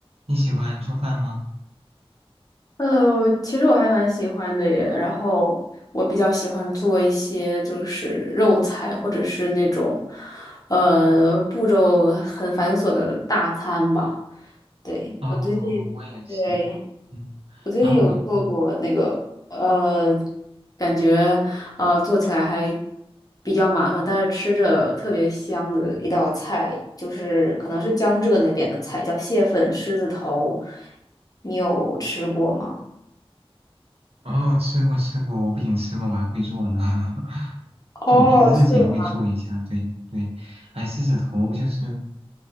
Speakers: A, on the right (about 75°); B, on the left (about 35°).
A: 你喜欢做饭吗？
B: 呃，其实我还蛮喜欢的耶。然后我比较喜欢做一些就是肉菜，或者是那种呃步骤很繁琐的大餐吧。对，
A: 哦，
B: 我最近，
A: 我也是，
B: 对，
A: 嗯，
B: 我最近有做过那个呃，
A: 然后我
B: 感觉呃做起来还比较麻烦，但是吃着特别香的一道菜，就是可能是江浙那边的菜，叫蟹粉狮子头。你有吃过吗？
A: 哦吃过吃过，我不仅吃过，我还会做呢。<laughs> 就我平时自己也会做一下，
B: 哦，是吗？
A: 对对。哎，狮子头就是，